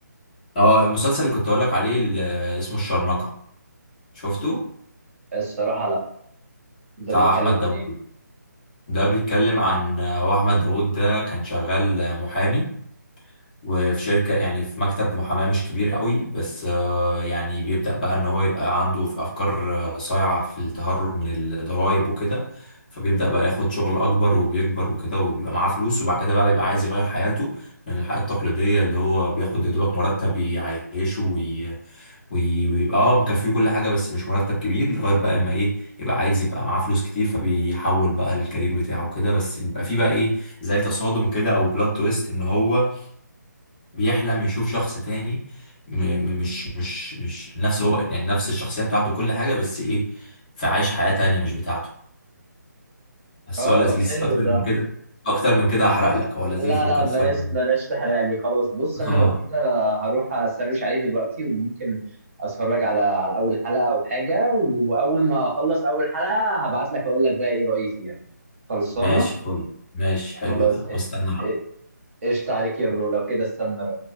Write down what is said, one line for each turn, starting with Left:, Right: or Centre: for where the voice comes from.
Left: اه المسلسل اللي كنت اقول لك عليه اللي اسمه الشرنقة شفته
Right: الصراحه لا ده
Left: بتاع
Right: بيتكلم
Left: احمد
Right: عن
Left: داوود
Right: ايه
Left: ده بيتكلم عن هو احمد داوود ده كان شغال محامي وفي شركة يعني في مكتب محاماة مش كبير قوي بس آه، يعني بيبدأ بقى ان هو يبقى عنده في افكار آه، صايعة في التهرب من الضرائب وكده فبيبدأ بقى ياخد شغل اكبر وبيكبر وكده وبيبقى معاه فلوس وبعد كده بقى بيبقى عايز يغير حياته من الحياة التقليدية اللي هو بياخد يا دوبك مرتب يعيشه وي- ويبقى اه مكفيه كل حاجه بس مش مرتب كبير لغايه بقى اما ايه يبقى عايز يبقى معاه فلوس كتير فبيحول بقى الكارير بتاعه كده بس بيبقى فيه بقى ايه زي تصادم كده او بلوت تويست ان هو بيحلم يشوف شخص تاني م م- مش مش مش نفس هو يعني نفس الشخصيه بتاعته كل حاجه بس ايه فعايش حياه تانيه مش بتاعته بس
Right: اه
Left: هو لذيذ
Right: طب حلو
Left: اكتر من
Right: ده
Left: كده اكتر من كده هحرق لك هو لذيذ
Right: لا لا
Left: ممكن
Right: بلاش
Left: تتفرج عليه
Right: بلاش تحرق لي خلاص بص انا
Left: اه
Right: لو كده هروح اسرش عليه دلوقتي وممكن اتفرج على على اول حلقه او حاجه واول ما اخلص اول حلقه هبعت لك اقول لك بقى ايه رايي فيها خلصانه
Left: ماشي فل ماشي حلو
Right: خلاص
Left: ده
Right: إ-
Left: واستنى
Right: إ- قشطة عليك يا برو لو كده استنى